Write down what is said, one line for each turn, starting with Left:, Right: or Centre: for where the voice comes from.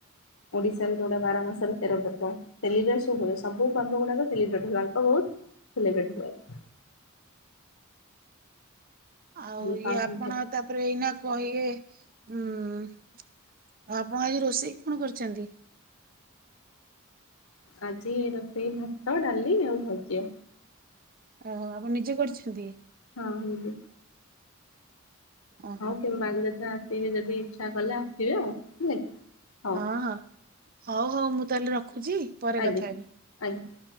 Left: ଓଡ଼ିଶା ରେ ଯୋଉଟା ବାରାମସରେ ତେର ପର୍ବ। ସେଲିବ୍ରେସ୍ ହୁଏ ସବୁ ପର୍ବ ଗୁଡାକ ସେଲିବ୍ରେଟ୍ ହୁଏ ଅଳ୍ପ ବହୁତ ସେଲିବ୍ରେଟ ହୁଏ।
Right: ଆଉ
Left: ଆମେ
Right: ଇଏ
Left: ପାଳନ
Right: ଆପଣ ତାପରେ ଏଇନା କଣ ଇଏ ଉଁ ଆଉ ଆପଣ ଏଇ ରୋଷେଇ କଣ କରିଛନ୍ତି?
Left: ଆଜି ରୋଷେଇ ଭାତ ଡାଲି ଆଉ ଭଜା।
Right: ଅ ହ ଆପଣ ନିଜେ କରିଛନ୍ତି?
Left: ହଁ ନିଜେ।
Right: ଓହୋ।
Left: ହଉ କେବେ ବାଲିଯାତ୍ରା ଅସିବେ ଯଦି ଇଛା କଲେ ଆସିବେ ଆଉ ହେଲା ହଉ।
Right: ହଁ ହଁ ହଉ ହଉ ମୁଁ ତାହେଲେ ରଖୁଛି ପରେ
Left: ଆଜ୍ଞା
Right: କଥା ହେବି।
Left: <unintelligible>